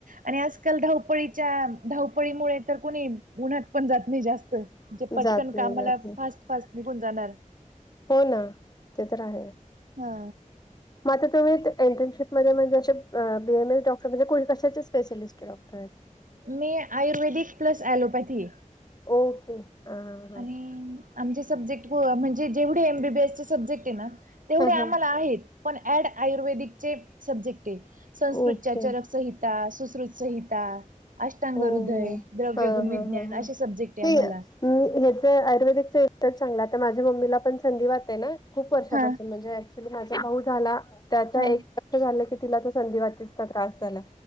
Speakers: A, on the right; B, on the left.
A: आणि आजकाल धावपळीच्या धावपळीमुळे तर, कोणी उन्हात पण जात नाही जास्त म्हजे
B: आहे
A: पटकन
B: जात नाही
A: कामाला
B: जात नाही
A: फास्ट फास्ट निघून जाणार
B: हो ना ते तर आहेच.
A: हा.
B: म आता तुम्ही एंटर्नशिपमध्ये म्हणजे असे, B A M S doctor म्हणजे कु कशाचे स्पेशालिस्ट? डॉक्टर्स
A: मी आयुर्वेदिक प्लस ए ॲलोपॅथी
B: ओके. हा हा.
A: आणि आमचे सब्जेक्ट ब म्हणजे जेवढे M B B S subject आहे ना. तेवढे
B: हा
A: आम्हाला
B: हा
A: आहेत, पण ऍड आयुर्वेदिकचे सब्जेक्ट आहेत संस्कृतच्या
B: ओके
A: चरनक्षहित त्या सुश्रुत संहिता अष्टांग
B: ओ
A: हृदय, द्रव्य
B: हा
A: गुण
B: हा
A: विज्ञान,
B: हा हा.
A: अशे सब्जेक्ट आहे
B: ते
A: आम्हाला
B: मी हेच आयुर्वेदिकचा इफेक्ट चांगला तर, माझ्या मम्मीला पण संधीवात हाय ना. खूप वर्षापासून
A: हा
B: म्हणजे ऍक्च्युली माझा भाऊ झाला त्याचा
A: हा
B: एक वर्ष झाला की तिला तो, संधीवाताचा त्रास झाला